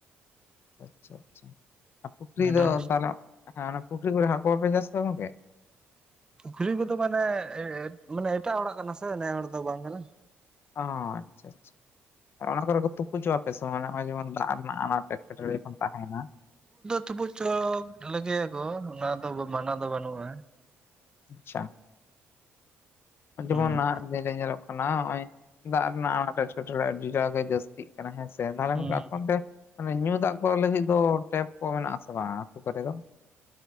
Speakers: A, on the left (about 55°); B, on the right (about 15°).
A: ᱟᱪᱪᱷᱟ ᱟᱪᱪᱷᱟ ᱯᱩᱠᱷᱨᱤ
B: ᱜᱟᱰᱟ
A: ᱫᱚ ᱛᱟᱞᱚᱜ ᱦᱮᱸ ᱚᱱᱟ ᱯᱩᱠᱷᱨᱤ ᱠᱚᱨᱮ ᱦᱟᱹᱠᱩ ᱦᱚᱸᱯᱮ ᱪᱟᱥ ᱠᱚᱣᱟ ᱜᱚᱢᱠᱮ?
B: ᱯᱩᱠᱷᱨᱤ ᱠᱚᱫᱚ ᱢᱟᱱᱮ, ᱢᱟᱱᱮ ᱮᱴᱟᱜ ᱦᱚᱲᱟᱜ ᱠᱟᱱᱟ ᱥᱮ ᱱᱮ ᱦᱚᱲ ᱫᱚ ᱵᱟᱝ ᱠᱟᱱᱟ᱾
A: ᱚ ᱟᱪᱪᱷᱟ ᱟᱪᱪᱷᱟ ᱚᱱᱟ ᱠᱚᱨᱮ ᱠᱚ ᱛᱩᱯᱩᱪᱚᱜᱼᱟᱯᱮ ᱥᱮ ᱵᱟᱸᱜ ᱱᱚᱜᱼᱚᱭ ᱡᱮᱢᱚᱱ ᱫᱟᱜ ᱨᱮᱱᱟᱜ ᱟᱱᱟᱴ ᱾ ᱮᱴᱠᱮ ᱴᱚᱸᱲᱮ ᱦᱚᱸ ᱛᱟᱦᱮᱸᱱᱟ᱾
B: ᱛᱩᱯᱩᱪᱚ ᱞᱮᱜᱮᱭᱟᱠᱚ ᱚᱱᱟ ᱫᱚ ᱢᱟᱱᱟ ᱫᱚ ᱵᱟᱹᱱᱩᱜᱼᱟ᱾
A: ᱟᱪᱪᱷᱟ ᱡᱮᱢᱚᱱ
B: ᱦᱩᱸ
A: ᱱᱟᱦᱟᱜ ᱫᱤᱱ ᱨᱮ ᱧᱮᱞᱚᱜ ᱠᱟᱱᱟ ᱱᱚᱜᱼᱚᱭ ᱫᱟᱜ ᱨᱮᱱᱟᱜ ᱟᱱᱟᱴ ᱮᱴᱠᱮᱴᱚᱬᱮ ᱟᱹᱰᱤᱴᱟᱜ ᱜᱮ ᱡᱟᱹᱥᱛᱤ᱾ ᱮᱱᱟ ᱦᱮᱸᱥᱮ ᱫᱟᱲᱟᱱ
B: ᱦᱩᱸ
A: <unintelligible> ᱢᱟᱱᱮ ᱧᱩ ᱫᱟᱜ ᱠᱚ ᱞᱟᱹᱜᱤᱫ ᱫᱚ ᱴᱮᱯ ᱠᱚ ᱢᱮᱱᱟᱜ ᱟᱥᱮ ᱵᱟᱝᱼᱟ ᱟᱹᱛᱩ ᱠᱚᱨᱮ ᱫᱚ᱾